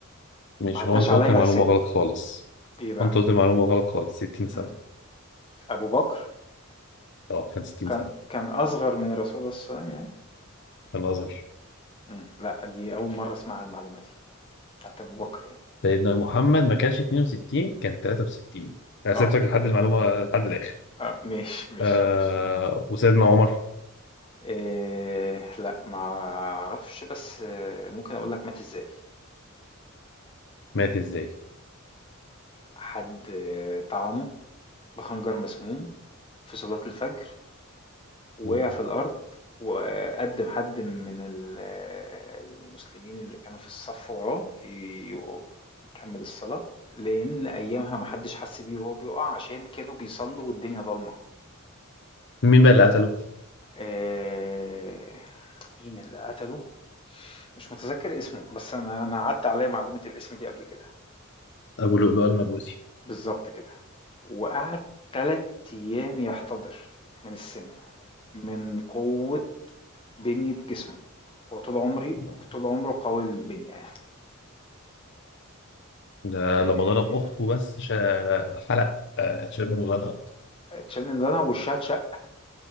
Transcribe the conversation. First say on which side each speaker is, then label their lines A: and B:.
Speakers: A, on the left (about 55°); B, on the left (about 25°).
A: مش
B: ما عداش
A: هو أنت
B: عليَّ
A: قلت المعلومة
B: أحسبه،
A: غلط خالص
B: إيه بقى؟
A: وأنت قلت المعلومة غلط خالص 60 سنة
B: إمم، أبو بكر
A: أه كان 60
B: كان
A: سنة
B: كان أصغر من الرسول عليه الصلاة والسلام يعني؟
A: كان أصغر
B: إمم، لأ دي أول مرة أسمعها المعلومة دي، بتاعة أبو بكر يعني،
A: سيدنا محمد ما كانش 62 كان 63 أنا
B: آه،
A: سبتك لحد المعلومة لحد الآخر
B: آه ماشي، ماشي،
A: آه
B: ماشي،
A: وسيدنا عمر
B: آآ لأ ما أعرفش بس آه، ممكن أقول لك مات إزاي.
A: مات إزاي؟
B: حد طعنه بخنجر مسموم في صلاة الفجر ووقع
A: مم.
B: في الأرض وقدم حد من ال- المسلمين اللي كانوا في الصف وراه ي- يكمل الصلاة لأن أيامها محدش حس بيه وهو بيقع عشان كانوا بيصلوا والدنيا ضلمة
A: مين بقى اللي قتله؟
B: آه، مين اللي قتله مش متذكر اسمه بس أنا أنا عدى عليا معلومة الاسم دي قبل كده
A: أبو لؤلؤ المجوسي
B: بالظبط كده وقعد تلات أيام يحتضر من السم من قوة بنية جسمه هو طول عمري
A: مم.
B: طول عمره قوي البنية يعني
A: ده
B: آه،
A: لما ضرب أخته بس شا- حلق آه، شال من ولادها
B: اتشال من دولها وشها اتشق